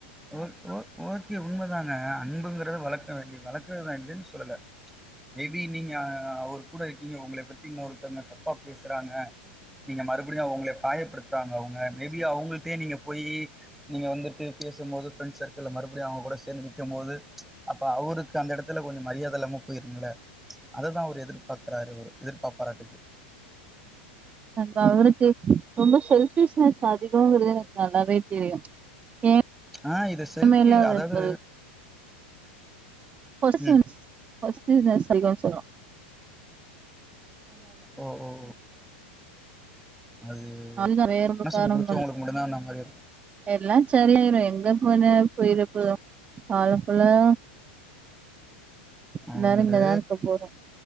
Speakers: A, in the centre; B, on the right.
A: ஓக் ஓக் ஓகே உண்மதாங்க அன்புங்க அன்புகிறது வளக்க வேண்டியது வளக்கறதா இல்லைன்னு சொல்லல மே பீ நீங்க அ அவரு கூட இருக்கீங்க உங்கள பத்தி இன்னொருத்தவங்க தப்பா பேசுறாங்க நீங்க மறுபடியு அவங்கள காயப்படுத்துறாங்க அவுங்க மே பி அவுங்கள்ட்டே நீங்க போயி நீங்க வந்துட்டு பேசும்போது பிரெண்ட் சர்க்கிள்ல மறுபடியு அவுங்க கூட சேந்து நிக்கு போது அப்ப அவருக்கு அந்த எடத்துல கொஞ்சோ மரியாத இல்லாம போயிருங்கள அததா அவரு எதிர்பாக்குறாரு அவரு எதிர்பாப்பாராட்டுக்கு
B: அங்க அவருக்கு ரொம்ப செல்பிஷ்னஸ் அதிகங்கிறது எனக்கு நல்லாவே தெரியு ஏ
A: ஆ இது செல்ஃபி
B: நம்ம எல்லா அவருக்கு
A: அதாவது
B: ஒரு பொசசிவ்னஸ்
A: ம்
B: பொஸசிவ்னஸ்னு தா சொல்லணு
A: ஓ ஓ அது
B: அந்த வேற ஒரு
A: மனசுக்கு
B: காரணமு
A: புடிச்சவங்களுக்கு
B: இல்ல
A: மட்டுந்தா அந்த மாரி இருக்கு
B: எல்லா சரியாயிரு எங் எங்க போன போயிரப் போது காலம் ஃபுல்லா
A: அவங்கது
B: எல்லாரு இங்கதா இருக்க போறோ